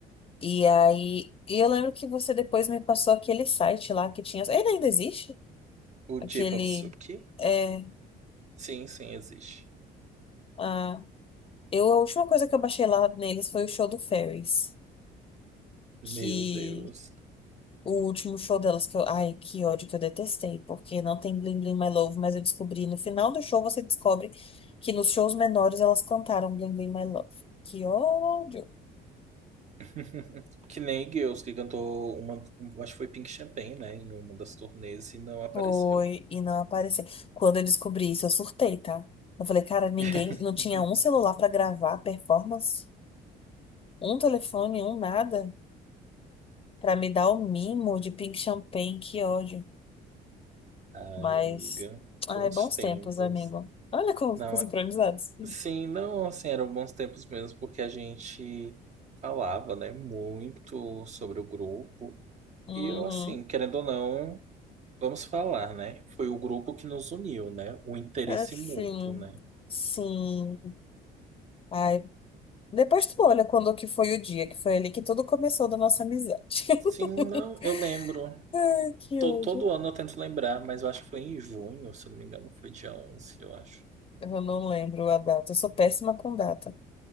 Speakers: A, on the left; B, on the right.
A: E aí, e eu lembro que você depois me passou aquele site lá que tinha, ele ainda existe?
B: O
A: Aquele,
B: J-Pop Suki?
A: é,
B: Sim, sim, existe.
A: ah, eu, a última coisa que eu baixei lá neles foi o show do Ferris,
B: Meu
A: que
B: Deus.
A: O último show delas que eu. Ai, que ódio que eu detestei, porque não tem Bling Bling My Love, mas eu descobri no final do show você descobre que nos shows menores elas cantaram Bling Bling My Love. Que ódio!
B: <laughs> Que nem Girls, que cantou uma. Acho que foi Pink Champagne, né? Em uma das turnês e não apareceu.
A: Foi, e não apareceu. Quando eu descobri isso, eu surtei, tá? Eu falei, cara, ninguém.
B: <laughs>
A: Não tinha um celular pra gravar a performance, um telefone, um nada, pra me dar o mimo de Pink Champagne. Que ódio.
B: Ai,
A: Mas.
B: amiga,
A: Ai,
B: bons
A: bons
B: tempos.
A: tempos, amigo. Olha como
B: Não,
A: ficou sincronizados.
B: sim, não, assim, eram bons tempos mesmo, porque a gente falava, né, muito sobre o grupo.
A: Uhum.
B: E eu, assim, querendo ou não, vamos falar, né? Foi o grupo que nos uniu, né? O interesse
A: Assim,
B: mútuo, né?
A: sim. Ai, depois tu olha quando que foi o dia, que foi ali que tudo começou da nossa amizade. <laughs>
B: Sim, não, eu lembro.
A: Ai, que
B: To-
A: ódio.
B: todo ano eu tento lembrar, mas eu acho que foi em junho, se eu não me engano, foi dia 11, eu acho.
A: Eu não lembro a data, eu sou péssima com data.